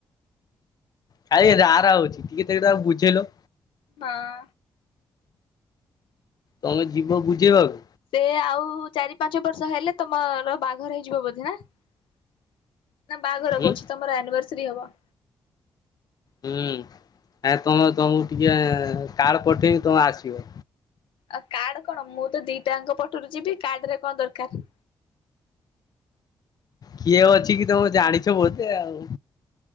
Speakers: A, on the left (about 50°); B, on the left (about 90°).
A: ଖାଲି ରାରା ହଉଛି ଟିକେ ତାକୁ ବୁଝେଇଲ।
B: ହଁ।
A: ତମେ ଯିବ ବୁଝେଇବାକୁ।
B: ସେ ଆଉ ଚାରି ପାଞ୍ଚ ବର୍ଷ ହେଲେ ତମର ବାହାଘର ହେଇଯିବ ବୋଧେ ଆଁ। ନା ବାହାଘର
A: ହୁଁ
B: କହୁଛିି ତମର ଏନିବର୍ସରି ହବା।
A: ହୁଁ ଆ ତମେ ତମକୁ ଟିକେ କାର୍ଡ ପଠେଇବି ତମେ ଆସିବ।
B: ଆଉ କାର୍ଡ କଣ ମୁଁ ତ ଦିଟା ଅଙ୍କ ପଟରୁ ଯିବି କାର୍ଡ ରେ କଣ ଦରକାର। <inaudible>
A: କିଏ ଅଛି କି ତମେ ଜାଣିଛ ବୋଧେ ଆଉ।